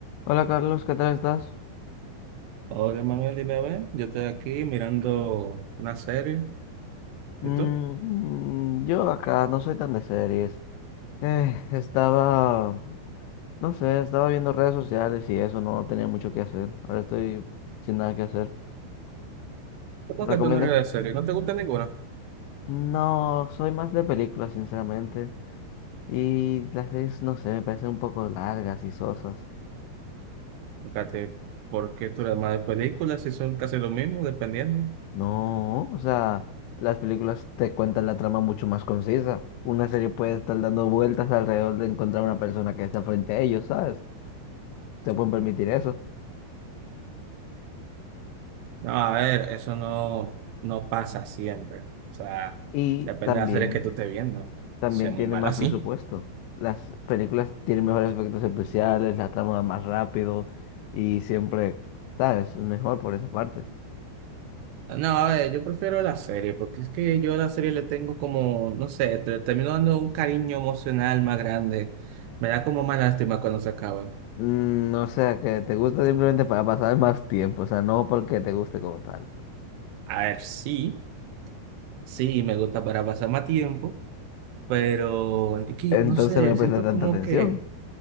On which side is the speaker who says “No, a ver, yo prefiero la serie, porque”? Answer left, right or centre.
Right